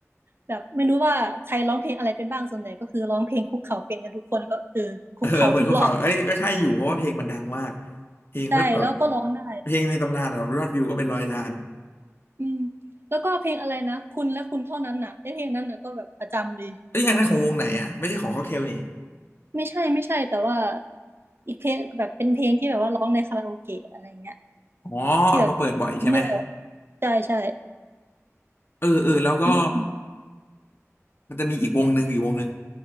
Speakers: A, on the right; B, on the left.
A: แบบไม่รู้ว่าใครร้องเพลงอะไรเป็นบ้างส่วนใหญ่ก็คือร้องเพลงคุกเข่าเป็นกันทุกคนก็เออคุกเข่าทุกรอบ
B: เออเปิดคุกเข่าเอ้ยก็ใช่อยู่เพราะว่าเพลงมันดังมากเพลงก็แบบ
A: ใช่แล้วก็ร้องได้
B: เพลงในตำนานอะยอดวิวก็เป็นร้อยล้าน
A: อืมแล้วก็เพลงอะไรนะคุณและคุณเท่านั้นน่ะไอ้เพลงนั้นน่ะก็แบบประจำเลย
B: เอ้ยอันนั้นของวงไหนอ่ะไม่ใช่ของค็อกเทลนี่
A: ไม่ใช่ไม่ใช่แต่ว่าอีกเพลงแบบเป็นเพลงที่แบบว่าร้องในคาราโอเกะอะไรเงี้ย
B: อ๋อเอามาเปิดบ่อยใช่ไหม
A: ที่แบบไม่ออกใช่ใช่
B: เออเออแล้วก็
A: อืม
B: มันจะมีอีกวงหนึ่งอีกวงหนึ่ง